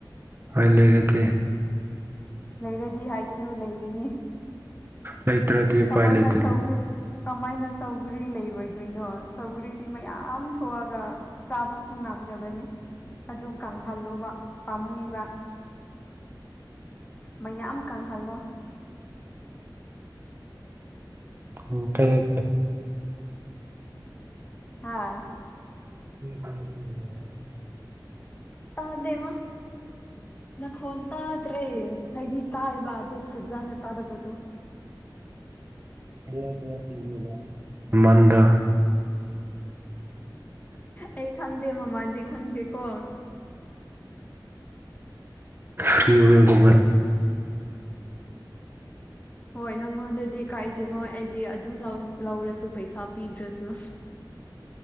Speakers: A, on the right; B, on the left.
A: ꯍꯣꯢ ꯂꯩꯔꯗꯤ
B: ꯂꯩꯔꯗꯤ ꯍꯥꯏꯒꯅꯨ ꯂꯩꯒꯅꯤ
A: ꯂꯩꯇ꯭ꯔꯗꯤ ꯎꯄꯥꯏ
B: ꯀꯃꯥꯏꯅ
A: ꯂꯩꯇꯦ
B: ꯁꯧꯀ꯭ꯔꯤ ꯀꯃꯥꯏꯅ ꯁꯧꯒ꯭ꯔꯤ ꯂꯩꯔꯣꯏꯗꯣꯏꯅꯣ ꯁꯧꯒꯔꯤꯗꯤ ꯃꯌꯥꯝ ꯊꯣꯛꯑꯒ ꯆꯥꯕꯁꯨ ꯉꯝꯗꯕꯅꯤ ꯑꯗꯨ ꯀꯪꯍꯜꯂꯣꯕ ꯄꯥꯝꯃꯨꯏꯕ ꯃꯌꯥꯝ ꯀꯪꯍꯜꯂꯣ
A: ꯎ ꯀꯩ <inaudible>
B: ꯍꯥꯥ
A: ꯀ ꯀ ꯐꯅꯦꯕ <inaudible>
B: ꯇꯥꯟꯗꯦ ꯋꯥ ꯅꯈꯣꯟ ꯇꯗ꯭ꯔꯦ ꯍꯥꯏꯗꯤ ꯇꯥꯏꯕ ꯑꯗꯨ ꯐꯖꯅ ꯇꯥꯗꯕꯗꯣ
A: ꯀꯌꯥ ꯀꯌꯥ ꯄꯤꯔꯤꯕ ꯃꯃꯟꯗꯣ
B: ꯑꯩ ꯈꯪꯗꯦ ꯃꯃꯟꯗꯤ ꯈꯪꯗꯦꯀꯣ
A: ꯐ꯭ꯔꯤ ꯑꯣꯏꯌꯦꯔꯒꯨꯝꯃ
B: ꯍꯣꯏ ꯅꯪꯉꯣꯟꯗꯗꯤ ꯀꯥꯏꯏꯗꯦꯉꯣ ꯑꯩꯗꯤ ꯑꯗꯨꯝ ꯂꯧꯔꯁꯨ ꯄꯩꯁꯥ ꯄꯤꯗ꯭ꯔꯁꯨ